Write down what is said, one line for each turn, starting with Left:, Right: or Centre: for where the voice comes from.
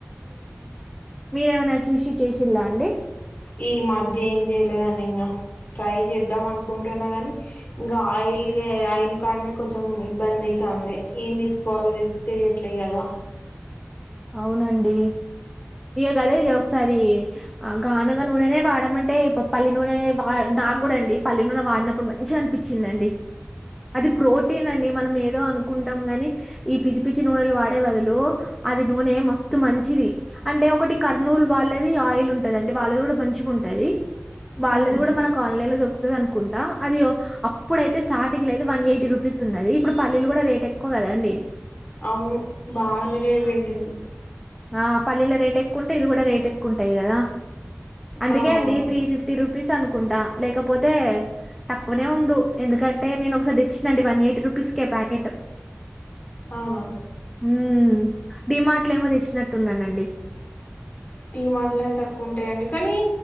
Centre: మీరేమనా చూసి చేసిల్లా అండి
Left: ఈ మధ్య ఏం జలేదాన్నిడి ఇంగా ట్రై చేద్దాం అనుకుంటున్నా గాని ఇంకా ఆయిల్ ఆయిల్ కాడనే కొంచెం ఇబ్బంది అయి తాన్ది ఏం తీసుకోవాలో తెలియట్లే కదా
Centre: అవునండి ఇ కద ఇ ఒకసారి గానుగా నూనెనే వాడమంటే పల్లి నూనె వా నా కూడా అండి పల్లి నూనె వాడినప్పుడు మంచిగా అనిపించిందిండి అది ప్రోటీన్ అండి మనం ఏదో అనుకుంటాం గని ఈ పిచ్చి పిచ్చి నూనెలు వాడే బదులు అది నూనె మస్తుత్ మంచిది అంటే ఒకటి కర్నూలు వాళ్ళది ఆయిల్ ఉంటది అండి వాళ్ళది కూడా మంచుకుంటు టది వాళ్ళది
Left: ఉహు
Centre: కూడా మనకు ఆన్లైన్ లో దొరుకుతుంది అనుకుంటా అది అప్పుడైతే స్టార్టింగ్ లో అయితే వన్ ఎయిట్ ఫిఫ్టీ రూపీస్ ఉన్నది ఇప్పుడు పల్లీలు కూడా రేటు ఎక్కువ కద అండి.
Left: అవును బావున్నదే వింటుంది.
Centre: ఆ పల్లీల రేటు ఎక్కువ ఉంటాయి ఇది కూడా రేట్ ఎక్కువంటాయి కదా. అందుకే
Left: అవునవును
Centre: అండి త్రీ ఫిఫ్టీ రూప్ పీస్ అనుకుంటా లేకపోతే తక్కువనే ఉండు ఎందుకంటే నేను ఒకసారి తెచ్చినాటి వన్ ఎయిట్ రూపీ పిస్కే ప్యాకెట్
Left: అవునా
Centre: మ్మ్ డిమార్ట్లో ఏమో తెచ్చినట్టున్నానండి.
Left: డి మార్ట్ల ఏం తక్కువ ఉంటాయ్ అన్ని కానీ